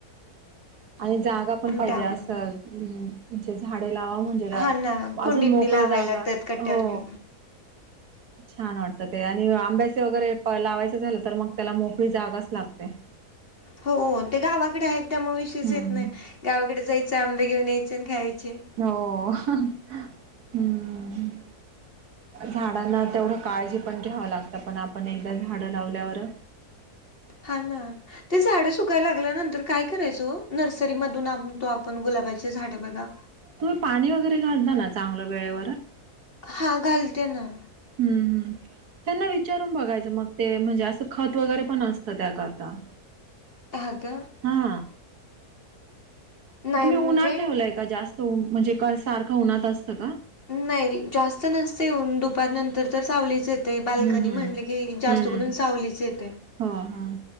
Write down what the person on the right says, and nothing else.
आणि जागा पण पाहिजे
असं म्हे झाडे लावा म्हण. ात
अजून मोकळ
जाग
हो.
छान वाटत ते आणि आंब्याचे वगैरे लावायचं झालं तर मग त्याला मोफळी जागाच लागते. ह.
हम्म
हो हम्. झाडांना तेवढं काळजी पण घ्यावं लागतं पण आपण एकदा झाडं लावल्यावर
तुम्ही पाणी वगैरे घालता ना चांगलं वेळेवर.
हम्म हम् त्यांना विचारून बघायचं मग ते म्हणजे असं खत वगैरे पण असतं त्याकरता ह
हा
तुम्ही
उन्हात ठवलंय का जास्त म्हणजे सारखं उन्हात असतं का?
हम्म, हम्म.
हम्म.
हो, हो.